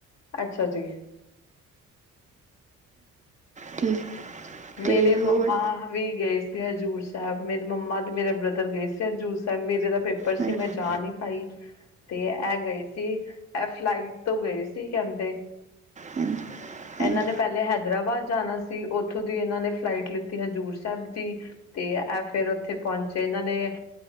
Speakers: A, on the left; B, on the right.
A: ਅੱਛਾ ਜੀ।
B: ਠੀਕ। ਅਤੇ
A: ਮੇਰੇ ਮੰਮਾ
B: ਹੋਰ
A: ਵੀ ਗਏ ਸੀ। ਹਜ਼ੂਰ ਸਾਹਿਬ ਮੇਰੀ ਮੰਮਾ ਤੇ ਮੇਰੇ ਬ੍ਰਦਰ ਗਏ ਸੀ ਹਜ਼ੂਰ ਸਾਹਿਬ ਮੇਰੇ ਦਾ ਪੇਪਰ। ਪੇਪਰ
B: ਹਾਂਜੀ
A: ਸੀ ਮੈਂ ਜਾ ਨੀ ਪਾਈ ਤੇ ਇਹ ਗਏ। ਸੀ ਇਹ ਫਲਾਈਟ ਤੋਂ ਗਏ ਸੀ ਕਹਿੰਦੇ।
B: ਹਾਂਜੀ
A: ਇਹਨਾਂ
B: ਹਾਂਜੀ
A: ਨੇ ਪਹਿਲੇ ਹੈਦਰਾਬਾਦ ਜਾਣਾ ਸੀ ਉੱਥੋਂ। ਉਥੋਂ ਦੀ ਇਹਨਾਂ ਨੇ ਫਲਾਈਟ ਲਿੱਤੀ ਹਜ਼ੂਰ ਸਾਹਿਬ ਦੀ ਤੇ ਇਹ ਫੇਰ ਉੱਥੇ ਪਹੁੰਚੇ। ਤੇ ਇਹਨਾਂ ਨੇ